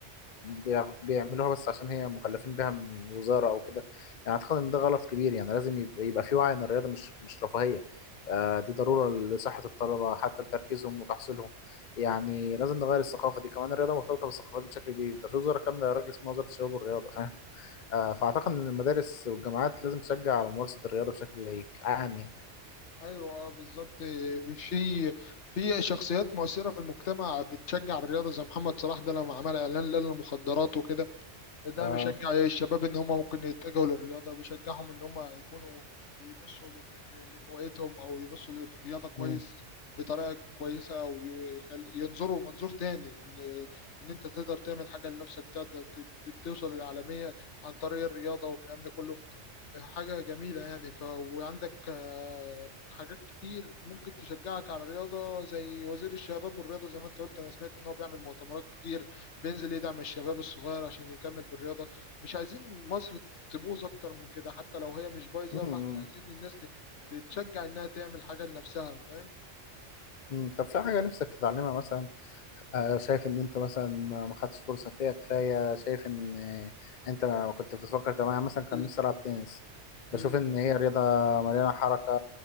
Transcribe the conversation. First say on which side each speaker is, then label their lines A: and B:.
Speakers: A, on the left; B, on the left.
A: بياخ- بيعملوها بس عشان هي مكلفين بيها من وزارة أو كده يعني أعتقد إن ده غلط كبير يعني لازم يبقى, يبقى في وعي إن الرياضة مش مش رفاهية آه، دي ضرورة لصحة الطلبة حتى لتركيزهم وتحصيلهم يعني لازم نغير الثقافه دي كمان الرياضه مرتبطه بالثقافات بشكل كبير ده في وزاره كامله يا راجل اسمها وزاره الشباب والرياضه فاهم آه فاعتقد ان المدارس والجامعات لازم تشجع على ممارسه الرياضه بشكل عام يعني
B: ايوه اه بالظبط في في شخصيات مؤثره في المجتمع بتشجع الرياضه زي محمد صلاح ده لما عمل اعلان لا للمخدرات وكده ده
A: اه
B: بيشجع الشباب ان هم ممكن يتجهوا للرياضه بيشجعهم ان هم يكونوا يبصوا ل- ل- لهوايتهم او يبصوا للرياضه كويس
A: مم.
B: بطريقه كويسه وينظروا منظور تاني ان ان انت تقدر تعمل حاجه لنفسك تقدر ت- ت- توصل للعالميه عن طريق الرياضه والكلام ده كله حاجة جميلة يعني ف... وعندك آه، حاجات كتير ممكن تشجعك على الرياضة زي وزير الشباب والرياضة زي ما انت قلت انا سمعت ان هو بيعمل مؤتمرات كتير بينزل يدعم الشباب الصغير عشان يكمل في الرياضة مش عايزين مصر تبوظ اكتر من كده حتى لو هي مش بايظة
A: مم.
B: فاحنا عايزين الناس ت- تتشجع انها تعمل حاجة لنفسها فاهم
A: مم. طب في حاجه نفسك تتعلمها مثلا آه، شايف ان انت مثلا ما ما خدتش فرصه فيها كفايه شايف ان آه، انت ما ما كنت بتفكر طب انا مثلا كان
B: ال...
A: نفسي العب تنس
B: مم.
A: بشوف ان هي رياضه مليانه حركه